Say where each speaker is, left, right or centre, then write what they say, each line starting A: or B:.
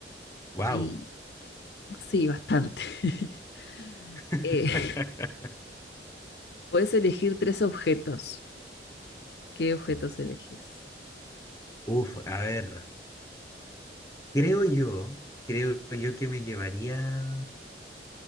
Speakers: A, on the left; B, on the left.
A: Wow.
B: Y sí, bastante. <laughs>
A: <laughs>
B: Eh, podés elegir tres objetos. ¿Qué objetos elegís?
A: Uf, a ver. Creo yo, creo yo que me llevaría,